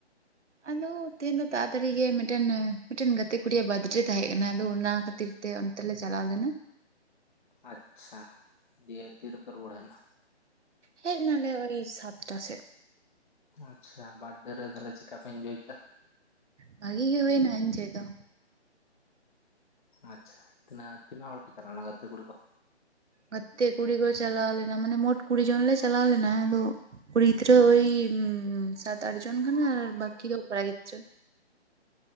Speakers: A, on the right; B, on the left.
A: ᱟᱫᱚ ᱛᱮᱦᱮᱧ ᱫᱚ ᱛᱟᱲᱟᱛᱟᱲᱤ ᱜᱮ ᱢᱤᱫᱴᱮᱱ ᱢᱤᱫᱴᱮᱱ ᱜᱟᱛᱮ ᱠᱩᱲᱤᱭᱟᱜ ᱵᱟᱨᱛᱷᱰᱮ ᱛᱟᱦᱮᱸ ᱠᱟᱱᱟ ᱟᱫᱚ ᱚᱱᱟ ᱠᱷᱟᱹᱛᱤᱨ ᱠᱷᱟᱹᱛᱤᱨ ᱛᱮ ᱚᱱᱛᱮ ᱞᱮ ᱪᱟᱞᱟᱣ ᱞᱮᱱᱟ᱾
B: ᱟᱪᱪᱷᱟ ᱫᱤᱭᱮ ᱛᱤᱨᱮᱯᱮ ᱨᱩᱣᱟᱹᱲ ᱦᱮᱡᱱᱟ?
A: ᱦᱮᱡ ᱱᱟᱞᱮ ᱳᱭ ᱥᱟᱛᱴᱟ ᱥᱮᱫ᱾
B: ᱟᱪᱪᱷᱟ ᱵᱟᱨᱰ ᱰᱮ ᱨᱮ ᱛᱟᱦᱚᱞᱮ ᱪᱮᱠᱟ ᱯᱮ ᱤᱱᱡᱚᱭ ᱠᱮᱫᱟ?
A: ᱵᱷᱟᱜᱤ ᱜᱮ ᱦᱩᱭᱱᱟ ᱤᱧᱡᱚᱭ ᱫᱚ᱾
B: ᱟᱪᱪᱷᱟ, ᱛᱤᱱᱟᱹᱜ ᱛᱤᱱᱟᱹᱜ ᱦᱚᱲ ᱯᱮ ᱪᱟᱞᱟᱣ ᱞᱮᱱᱟ ᱜᱟᱛᱮ ᱠᱩᱲᱤ ᱠᱚ?
A: ᱜᱚᱛᱮ ᱠᱩᱲᱤ ᱠᱚ ᱪᱟᱞᱟᱣ ᱞᱮᱱᱟ ᱢᱟᱱᱮ ᱢᱳᱴ ᱠᱩᱲᱤ ᱡᱚᱱ ᱞᱮ ᱪᱟᱞᱟᱣ ᱞᱮᱱᱟ ᱟᱫᱚ ᱠᱩᱲᱤ ᱜᱤᱫᱽᱨᱟᱹ ᱳᱤ ᱥᱟᱛ ᱟᱴ ᱡᱚᱱ ᱜᱟᱱ ᱟᱨ ᱵᱟᱠᱤ ᱫᱚ ᱠᱚᱲᱟ ᱜᱤᱫᱽᱨᱟᱹ᱾